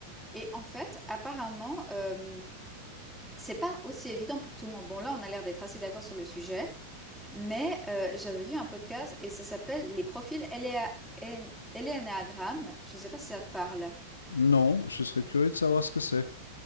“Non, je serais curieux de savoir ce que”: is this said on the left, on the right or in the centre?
Left